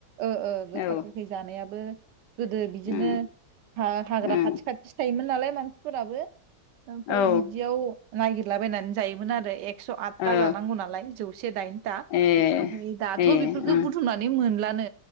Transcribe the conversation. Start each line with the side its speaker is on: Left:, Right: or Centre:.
Right: ओ ओ गोखा
Left: औ
Right: गोखै जानायाबो गोदो बिदिनो
Left: उम
Right: हाग्रा
Left: उम
Right: खथि खाथिसो थायो योमोन नालाय मानसिफोराबो ओमफाय
Left: औ
Right: बिदियाव नागिरलाबायनानै जायोमोन आरो ए एकस' आदथा
Left: ओ
Right: जानांगौ नायलाय जौ से दाइन था‌
Left: ए
Right: ओमफाय दाथ'
Left: ए
Right: बेफोरखौ
Left: ओं
Right: बुथुमनानै मोनला नो